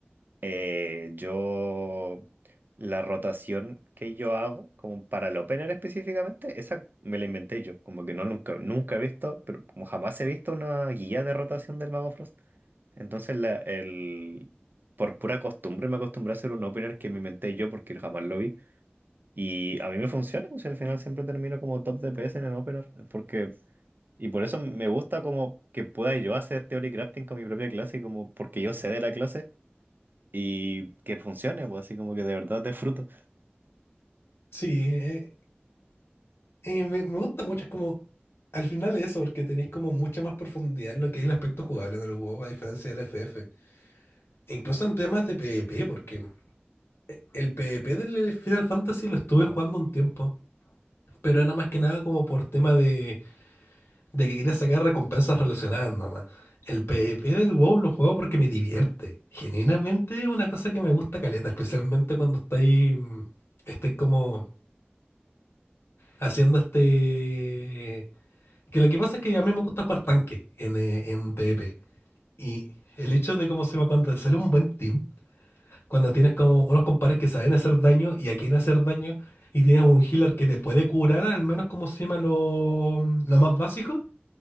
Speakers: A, on the right; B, on the left.
A: eh, yo la rotación que yo hago, como para el opener específicamente, esa me la inventé yo, como que no nunca, nunca he visto, pero como jamás he visto una guía de rotación del mago Frost. Entonces, la, el, por pura costumbre me acostumbré a hacer un opener que me inventé yo porque jamás lo vi. Y a mí me funciona, o sea, al final siempre termino como top DPS en el opener, porque... Y por eso me gusta como que pueda yo hacer theory crafting con mi propia clase, como porque yo sé de la clase y que funcione, pues así como que de verdad disfruto.
B: Sí, eh, y me, me gusta mucho, es como, al final es eso, porque tenéis como mucha más profundidad en lo que es el aspecto jugable en el WoW, a diferencia del FF. E incluso en temas de PvP, porque el PvP del Final Fantasy lo estuve jugando un tiempo, pero era más que nada como por tema de, de que quería sacar recompensas relacionadas nada más. El PvP del WoW lo juego porque me divierte. Genuinamente es una cosa que me gusta caleta, especialmente cuando estáis, mm, estáis como haciendo este... Que lo que pasa es que a mí me gusta jugar tanque en, eh, en PvP. Y el hecho de cómo se llama cuando te sale un buen team, cuando tienes como unos compares que saben hacer daño y a quién hacer daño, y tienes un healer que te puede curar, al menos como se llama lo, lo más básico,